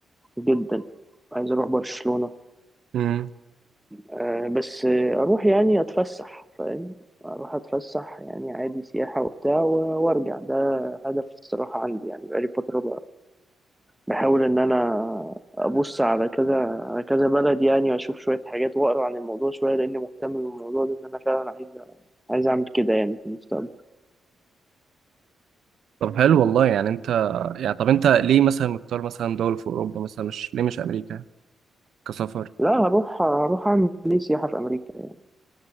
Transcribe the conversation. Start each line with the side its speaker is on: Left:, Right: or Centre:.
Centre: جدا عايز أروح برشلونة
Right: مم.
Centre: آه، بس آه، أروح يعني أتفسح فاهم أروح أتفسح يعني عادي سياحة وبتاع و- وأرجع ده هدف الصراحة عندي يعني بقالي فترة بحاول ان انا ابص على كذا على كذا بلد يعني واشوف شويه حاجات واقرا عن الموضوع شويه لاني مهتم بالموضوع ده ان انا فعلا عايز عايز اعمل كده يعني في المستقبل
Right: طب حلو والله يعني انت يعني طب انت ليه مثلا مختار مثلا دولة في اوروبا مثلا مش ليه مش امريكا كسفر
Centre: لا هروح هروح اعمل ليه سياحه في امريكا